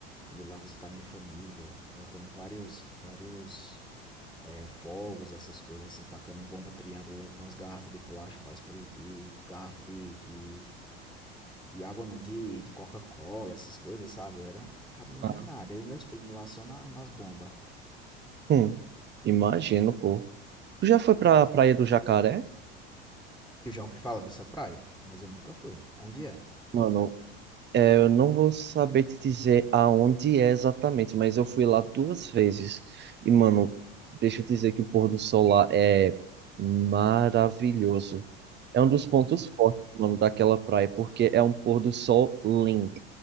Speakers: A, in the centre; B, on the right (about 35°).
A: indo lá visitar minha família, botando vários vários, eh, fogos, essas coisas, assim, tacando bomba triângulo dentro de umas garrafas de plástico pra explodir, garrafa de de de água não, de de Coca-Cola, essas coisas, sabe, eu era um cabinha
B: Ah,
A: danado, aí meus primos lá só na nas bomba.
B: hum, imagino, pô. Tu já foi pra Praia do Jacaré?
A: Eu já ouvi falar dessa praia, mas eu nunca fui. Onde é?
B: Mano, é, eu não vou saber te dizer aonde é exatamente, mas eu fui lá duas vezes. E, mano, deixa eu dizer que o pôr do sol lá é maravilhoso. É
A: Uhum,
B: um dos pontos fortes, mano, daquela praia, porque é um pôr do sol lindo.